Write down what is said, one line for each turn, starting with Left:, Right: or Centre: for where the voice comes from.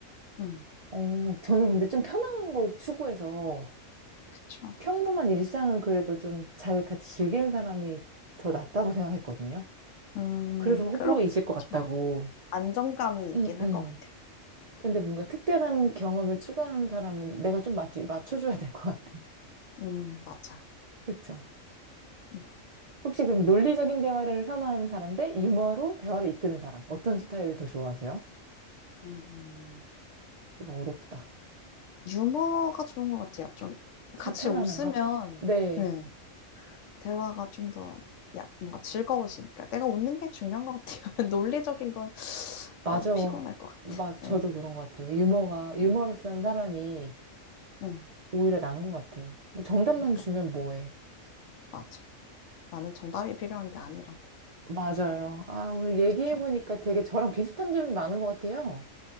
Left: 음,
Right: 어, 저는 근데 좀 편안한 걸 추구해서
Left: 그쵸.
Right: 평범한 일상을 그래도 좀 잘 같이 즐기는 사람이 더 낫다고 생각했거든요.
Left: 음,
Right: 그래서 호불호가
Left: 그렇죠.
Right: 있을 것 같다고.
Left: 안정감이
Right: 음,
Left: 있긴 할
Right: 음.
Left: 것 같아요.
Right: 근데 뭔가 특별한 경험을 추구하는 사람은 내가 좀 맞, 맞춰줘야 될 것 같은.
Left: 음, 맞아.
Right: 그쵸?
Left: 네.
Right: 혹시 그럼 논리적인 대화를 선호하는 사람 대 유머로 대화를 이끄는 사람. 어떤 스타일을 더 좋아하세요?
Left: 음,
Right: 이거 어렵다.
Left: 유머가 좋은 것 같아요. 좀
Right: 책
Left: 같이
Right: 편하는
Left: 웃으면
Right: 거? 네,
Left: 네. 대화가 좀 더, 야, 뭔가 즐거워지니까. 내가 웃는 게 중요한 것 같아요. <laughs> 논리적인 건,
Right: 맞아.
Left: 어, 피곤할 것 같아.
Right: 맞아. 저도
Left: 네.
Right: 그런 것 같아요. 유머가, 유머를
Left: 네
Right: 쓰는 사람이
Left: 네
Right: 오히려 나은 것 같아요. 뭐 정답만
Left: 그니까요.
Right: 주면 뭐해.
Left: 맞아. 나는 정답이 필요한 게 아니라고.
Right: 맞아요. 아, 오늘 얘기해보니까
Left: 그쵸.
Right: 되게 저랑 비슷한 점이 많은 것 같아요.